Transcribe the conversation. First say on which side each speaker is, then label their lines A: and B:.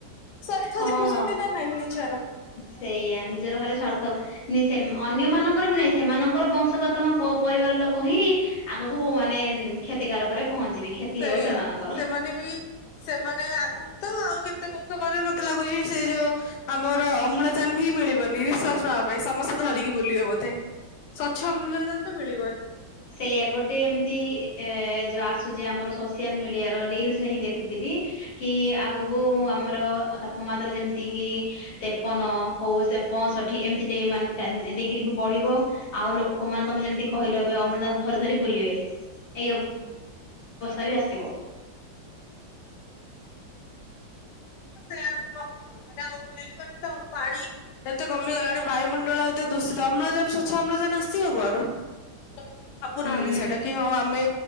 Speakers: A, on the left; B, on the left.
A: ସ୍ଵାଥ
B: ହଁ
A: ଦେଖୁଛନ୍ତି ନା ନାଇଁ ନିଜର
B: ସେଇଆ ନିଜର ଖାଲି ସ୍ଵାର୍ଥ ସେ ଅନ୍ୟ ମାନଙ୍କର ବି ନାଇଁ ସେମାନଙ୍କର ବଂଶଗତ ହଁ ପରିବାର ଲୋକ ହିଁ ଆଗକୁ ମୁଁ ମାନେ କ୍ଷତିକାରକରେ ପହଞ୍ଚିବେ।
A: ସେଇଆ
B: ହେବ ସେମାନଙ୍କର।
A: ସେମାନେ ବି ସେମାନେ ଆଗ ତ ଆଉ କେତେ ବର୍ଷ ପରେ ମତେ ଲାଗୁଚି ସେ ଯୋଉ ଆମର ଅମ୍ଳଜାନ ହିଁ ମିଳିବନି ନିଃଶ୍ଵାସ ନେବା ପାଇଁ ସମସ୍ତେ ଧରିକି ବୁଲିବ ବୋଧେ। ସ୍ଵଚ୍ଛ ଅମ୍ଲଜାନ ତ ମିଳିବନି।
B: ସେଇୟା ଗୋଟେ ଏମିତି ଏ ଯୋଉ ଆସୁଚି ଆମର ସୋସିଆଲ ମିଡିଆର ରିଲସ ରେ ହିଁ ଦେଖୁଥିଲି କି ଆଗକୁ ଆମର ତାପମାତ୍ରା ଯେମିତି କିି ତେପନ ହୋଉ ସେ ପଞ୍ଚଷଠି ଏମିତି ଡେ ଡିଗ୍ରୀ କୁ ବଢିବ। ଆଉ ଲୋକମାନେ ତମେ ଯେମିତି କହିଲ ଏବେ ଅମ୍ଲଜାନ ଧରି ଧରି ବୁଲିବେ ଏଇ ଅବସ୍ଥା ବି ଆସିବ।
A: ସେଇ ଅନୁହୁଁ ଆଉ କଣ ମାନେ ଆଉ ମିଳିବନି ତ ଆଉ ପାଣି ଏତେ କମିଗଲାଣି ବାୟୁମଣ୍ଡଳ କେତେ ଦୂଷିତ ଅମ୍ଲଜାନ ସୋଛ ଅମ୍ଲଜାନଆସିବ କୁଆଡୁ ଲୋକେ ଭାବୁନାହାନ୍ତି
B: ହୁଁ।
A: ସେଆଡେ଼ କି ହୋଉ ଆମେ